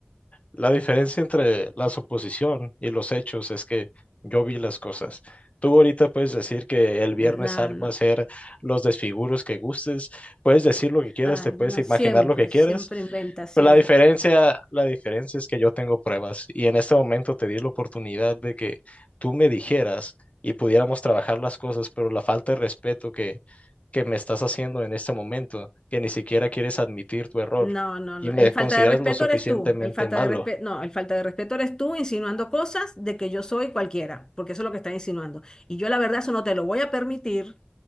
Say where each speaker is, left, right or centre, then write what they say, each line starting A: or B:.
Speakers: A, on the left (about 35°); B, on the left (about 15°).
A: La diferencia entre la suposición y los hechos es que yo vi las cosas. Tú ahorita puedes decir que el viernes
B: No,
A: algo
B: no.
A: va a ser los desfiguros que gustes, puedes decir lo que quieras,
B: Ay,
A: te puedes
B: no,
A: imaginar
B: siempre,
A: lo que quieras,
B: siempre inventa, siempre.
A: pero la diferencia, la diferencia es que yo tengo pruebas y en este momento te di la oportunidad de que tú me dijeras y pudiéramos trabajar las cosas, pero la falta de respeto que, que me estás haciendo en este momento, que ni siquiera quieres admitir tu error
B: No, no, no.
A: y me
B: El falta
A: consideras
B: de respeto
A: lo suficientemente
B: eres tú. El falta
A: malo
B: de respeto, no, el falta de respeto eres tú insinuando cosas de que yo soy cualquiera, porque eso es lo que está insinuando. Y yo la verdad eso no te lo voy a permitir